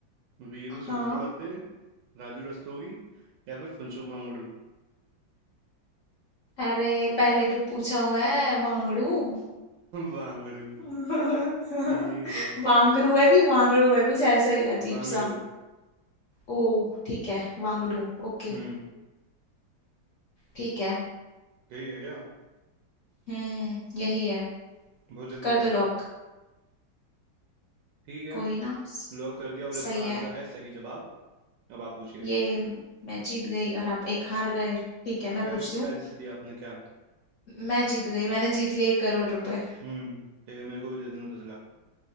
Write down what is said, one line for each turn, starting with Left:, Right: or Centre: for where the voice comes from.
Right: वीरू सहस्त्रबुद्धे
Left: हाँ
Right: राजू रस्तोगी या फिर फुनसुक वांगड़ू
Left: अरे पहले भी पूछा हुआ है वांगड़ू
Right: वांगड़ू
Left: <laughs>
Right: <laughs> ठीक है
Left: वांगड़ू है कि वांगड़ू है कुछ ऐसा ही अजीब
Right: वांगड़ू
Left: सा ओ ठीक है वांगड़ू ओके
Right: हम्म
Left: ठीक है
Right: यही है क्या
Left: हम्म यही है
Right: बहुत जल्दी
Left: कर
Right: दे दिया
Left: दो लॉक
Right: ठीक है
Left: कोई ना स-
Right: लॉक कर दिया और इसका
Left: सही है
Right: आंसर है सही जवाब अब आप पूछिए
Left: ये मैं जीत गई और आप एक हार गए ठीक है मैं
Right: क्या
Left: पूछती
Right: क्या
Left: हूँ
Right: जीत लिया आपने क्या
Left: मैं जीत गई मैंने जीत लिए एक करोड़ रुपए
Right: हम्म ठीक है मेरे को भी दे देना दस लाख